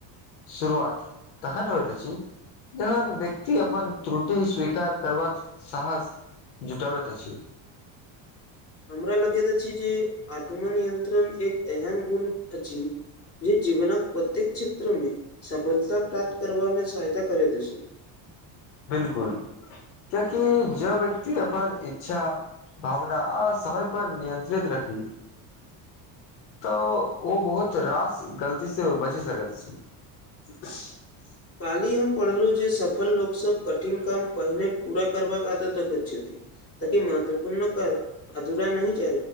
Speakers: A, on the left (about 90°); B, on the left (about 30°).
A: शुरुआत तखन हौइत अछि जहन व्यक्ति अपन त्रुटि स्वीकार करबाक साहस जुटा बैत अछि
B: हमरा लगैत अछि जे आत्मनियंत्रण एक एहन गुण अछि जे जीवनक प्रत्येक क्षेत्रमें सफलता प्राप्त करबा मे सहायता करैत अछि।
A: बिल्कुल कियाकि ज व्यक्ति अपन इच्छा भावना आ समय पर नियंत्रित रखी तऽ ओ बहुत रास गलती से बचि सकैत छी <unintelligible>
B: काल्हि हम पढ़लहुँ जे सफल लोक सब कठिन काम पहिने पूरा करबाक आदत रखैत छथि लेकि महत्वपूर्ण कर अधूरा न च